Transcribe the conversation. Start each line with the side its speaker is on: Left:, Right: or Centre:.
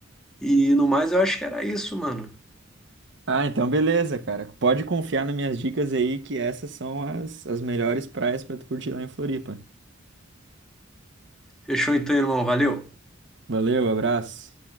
Centre: E no mais, eu acho que era isso, mano.
Right: Ah, então beleza, cara. Pode confiar nas minhas dicas aí, que essas são as, as melhores praias pra tu curtir lá em Floripa.
Centre: Fechou então, irmão. Valeu.
Right: Valeu, abraço.